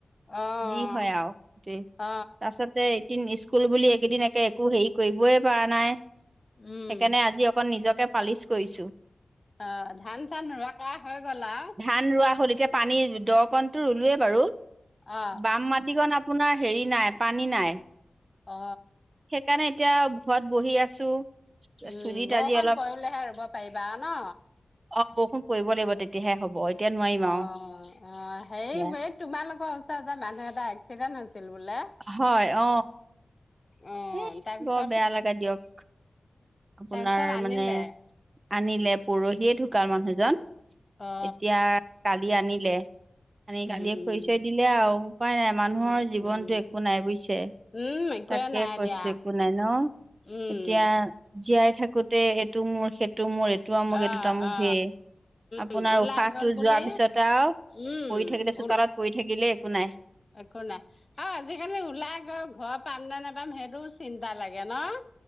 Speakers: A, on the left; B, on the right.
A: অ
B: যি হয় আৰু সেইটোৱে,
A: অ
B: তাৰছতে দিন স্কুল বুলি এইকেইদিন একে একো হেৰি কৰিবই পৰা নাই,
A: উম
B: সেইকাৰণে আজি অকন নিজকে পালিচ কৰিছো।
A: অ' ধান চান ৰোৱা কৰা হৈ গ'ল আও?
B: ধান ৰোৱা হ'ল, এতিয়া পানী দ কণটো ৰুলোৱে বাৰু।
A: অ
B: বাম মাটিকণ আপোনাৰ হেৰি নাই, পানী নাই।
A: অ।
B: সেইকাৰণে এতিয়া ঘৰত বহি আছো।
A: উম'
B: চুলিত
A: বৰষুণ
B: আজি অলপ
A: পৰিলেহে ৰুব পাৰিবা আৰু ন?
B: অ' বৰষুণ পৰিব লাগিব, তেতিয়াহে হ'ব। এতিয়া নোৱাৰিম
A: অ'
B: আৰু
A: অ' হেৰি
B: সেয়া
A: এই তোমালোকৰ ওচৰত যে মানুহ এটা এক্সিডেণ্ট হৈছিল বোলে?
B: হয়' অ।
A: অ
B: এ
A: তাৰপিছত
B: বৰ বেয়া লাগে দিয়ক, আপোনাৰ
A: তাৰপিছত আনিলে
B: মানে আনিলে পৰহিয়ে ঢুকাল মানুহজন।
A: অ
B: এতিয়া কালি আনিলে, আনি কালিয়ে
A: উম
B: খৰি চৰি দিলে আৰু, উপায় নাই মানুহৰ
A: উম
B: জীৱনটো
A: উম
B: একো নাই বুইছে
A: উম একোৱে
B: তাকে
A: নাই
B: কৈছে
A: দিয়া
B: একো নাই ন,
A: উম
B: এতিয়া জীয়াই থাকোতে এইটো মোৰ সেইটো মোৰ এইটো আমুক
A: অ
B: এইটো তামুক
A: অ
B: ধে আপোনাৰ
A: উম ওলাই
B: উশাহটো
A: গ'ল বুলি
B: যোৱাৰ পিছত আৰু
A: উম
B: পৰি থাকিলে চোতালত পৰি থাকিলে একো নাই।
A: একো নাই। অ'আজিকালি ওলাই গৈ ঘৰ পাম নে নেপাম সেইটোও চিন্তা লাগে ন?